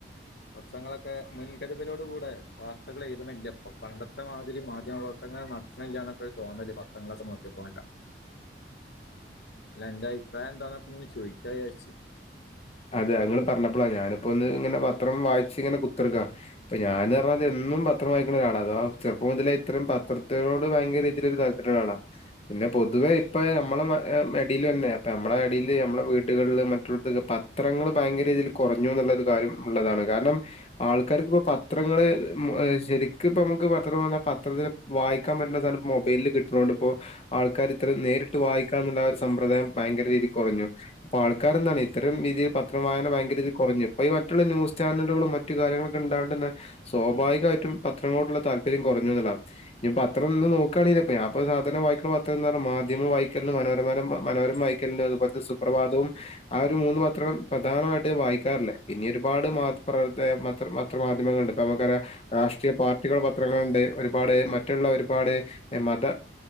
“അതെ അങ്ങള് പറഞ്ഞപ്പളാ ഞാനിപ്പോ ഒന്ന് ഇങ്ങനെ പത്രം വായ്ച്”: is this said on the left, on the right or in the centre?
Left